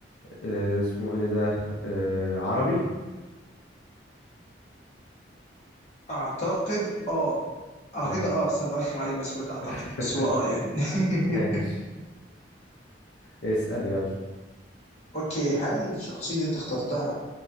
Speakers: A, on the left; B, on the left.
A: آه، اسمه ايه ده آه، عربي؟
B: اعتقد اه على
A: حلو.
B: فكرة اه بس انا برخم عليك بس بقولك اعتقد
A: <laughs>
B: بس هو اه يعني <laughs>
A: ماشي اسأل يلا
B: اوكي هل الشخصية اللي انت اخترتها